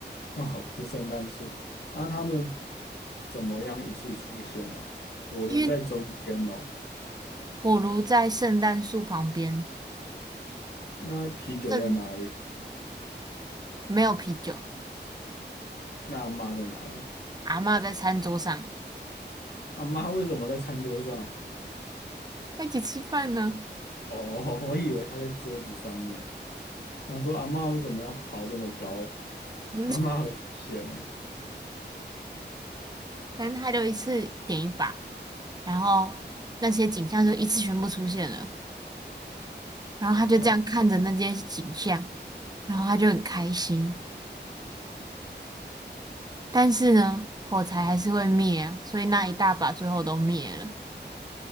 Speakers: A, on the left; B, on the right.
A: 哦，是圣诞树。那他们怎么样一次出现呢、啊？火炉在中间哦。
B: 因为火炉在圣诞树旁边，
A: 那啤酒在哪里？
B: 正没有啤酒，
A: 那阿妈在哪里？
B: 阿嬷在餐桌上
A: 阿妈为什么在餐桌上？
B: 要一起吃饭呢，
A: 哦，<laughs> 我以为她在桌子上面。想说阿妈为什么要跑这么高？
B: 不是，
A: 阿妈很危险呢、
B: 反正他就一次点一把，然后那些景象就一次全部出现了，然后他就这样看着那些景象，
A: 那
B: 然后他就很开心，但是呢，火柴还是会灭啊所以那一大把最后都灭了，